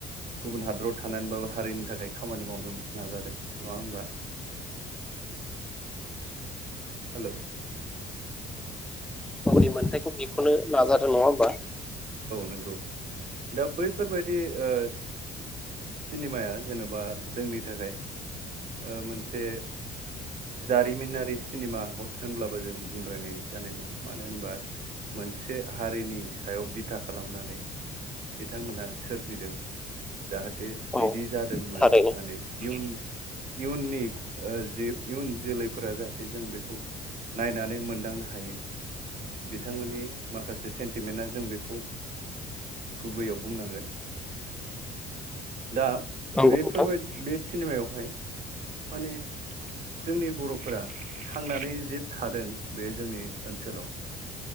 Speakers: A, on the right (about 50°); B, in the centre.
A: गुबुन हादराव थानानैबाबो हारिनि थाखाय खामानि मावनो नाजादों नङा होमबा हेल'।
B: गावनि मोन्थाइ थ' बेखौनो नाजादों नङा होमबा?
A: नंगौ दा बैफोर बायदि ओ सिनेमाया जेनबा जोंनि थाखाय ओ मोनसे जारिमिनारि सिनेमा हद होनब्लाबो जों बुंद्रायनाय जानाय नङा। मानो होनबा मोनसे हारिनि सायाव बिथा खालामनानै बिथांमोनहा सोरजिदों जाहाथे
B: औ
A: बिदि जादोंमोन
B: थारैनो
A: होननानै इयुन इयुननि ओ इयुन जोलैफोरा जाहाथे जों बेखौ नायनानै मोनदांनो हायो बिथांमोननि माखासे सेन्टिमेन्टआ जों बेखौ गुबैयाव बुंनांगोन दा
B: नंगौ
A: बेफोरबायदि
B: नोंथां
A: बे सिनेमायावहाय माने जोंनि बरफोरा थांनानै जे थादों बे जोंनि ओनसोलाव